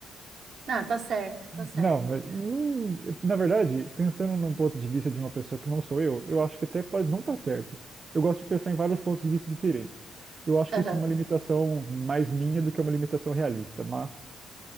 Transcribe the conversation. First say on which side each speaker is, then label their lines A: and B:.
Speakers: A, on the right; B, on the right.
A: Ah, tá certo, tá certo.
B: Não, mas não, na verdade, pensando num ponto de vista de uma pessoa que não sou eu, eu acho que até pode não estar certo. Eu gosto de pensar em vários pontos de vista diferentes. Eu acho
A: Aham,
B: que isso é uma limitação mais minha do que uma limitação realista, mas